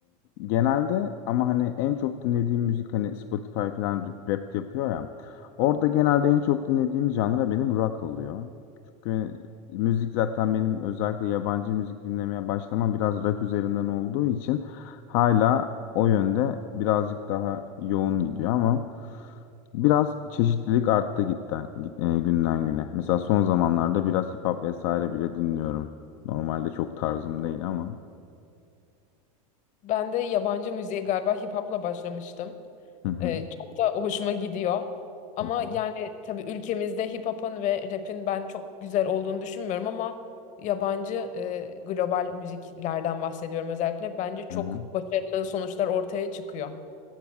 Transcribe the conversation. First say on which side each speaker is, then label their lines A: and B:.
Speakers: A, on the left; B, on the left.
A: genelde ama hani en çok dinlediğim müzik hani Spotify falan rap yapıyor ya. Orada genelde en çok dinlediğim janra benim rock oluyor. Çünkü müzik zaten benim özellikle yabancı müzik dinlemeye başlamam biraz rock üzerinden olduğu için hala o yönde birazcık daha yoğun gidiyor ama biraz çeşitlilik arttı gitten, e, günden güne. Mesela son zamanlarda biraz hip hop vesaire bile dinliyorum. Normalde çok tarzım değil ama.
B: Ben de yabancı müziğe galiba hip hop'la başlamıştım.
A: Hı hı.
B: Ee, çok da hoşuma gidiyor. Ama
A: Hı hı.
B: yani tabii ülkemizde hip hop'un ve rap'in ben çok güzel olduğunu düşünmüyorum ama yabancı e, global müziklerden bahsediyorum özellikle. Bence çok
A: Hı hı.
B: başarılı sonuçlar ortaya çıkıyor.